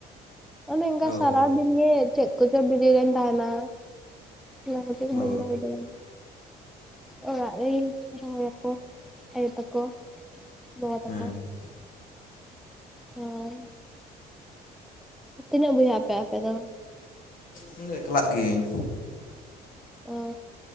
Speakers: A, in the centre; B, on the left.
A: ᱚᱱᱮ ᱚᱱᱠᱟ
B: ᱚ
A: ᱥᱟᱨᱟᱫᱤᱱ ᱱᱤᱭᱟᱹ ᱪᱮᱫ ᱠᱚᱪᱚ ᱵᱤᱡᱤ ᱨᱮᱧ ᱛᱟᱦᱮᱸᱱᱟ ᱚᱱᱟ ᱠᱷᱟᱹᱛᱤᱨ
B: ᱚ
A: ᱵᱟᱹᱧ ᱨᱚᱦᱚᱭ ᱜᱮᱭᱟ᱾ ᱚᱲᱟᱜ ᱨᱮᱜᱮ ᱨᱚᱦᱚᱭ ᱟᱠᱚ ᱟᱭᱳ ᱛᱟᱠᱚ᱾ <unintelligible> ᱛᱟᱠᱚ
B: ᱦᱮᱸ
A: ᱦᱳᱭ ᱛᱤᱱᱟᱹᱜ ᱵᱚᱭᱦᱟᱹᱜᱟᱯᱮ ᱟᱯᱮ ᱫᱚ?
B: ᱤᱧ ᱫᱚ ᱮᱠᱞᱟᱜ ᱜᱤᱭᱟᱹᱧ᱾
A: ᱚ᱾